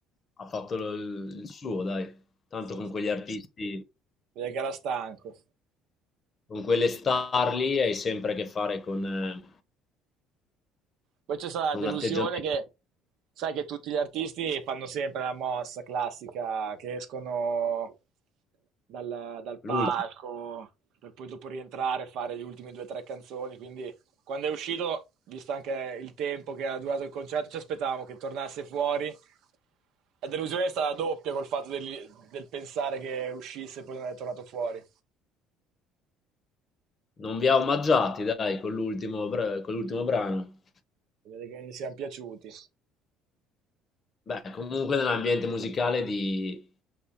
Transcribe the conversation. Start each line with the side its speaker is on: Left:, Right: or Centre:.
Left: ha fatto lo- il suo, dai, tanto
Right: sì,
Left: con
Right: sì.
Left: quegli artisti.
Right: Direi che era stanco.
Left: con quelle star lì hai sempre a che fare con, eh,
Right: Poi c'è stata la
Left: con
Right: delusione
Left: un atteggiamento.
Right: che sai che tutti gli artisti fanno sempre la mossa classica che escono dal, dal palco
Left: L'ultimo.
Right: per poi dopo rientrare e fare le ultime due o tre canzoni. Quindi quando è uscito, visto anche il tempo che ha durato il concerto, ci aspettavamo che tornasse fuori. La delusione è stata doppia col fatto del, del pensare che uscisse e poi non è tornato fuori.
Left: Non vi ha omaggiati, dai, con l'ultimo, bra- con l'ultimo brano.
Right: Vedete che gli siamo piaciuti.
Left: Beh, comunque nell'ambiente musicale di,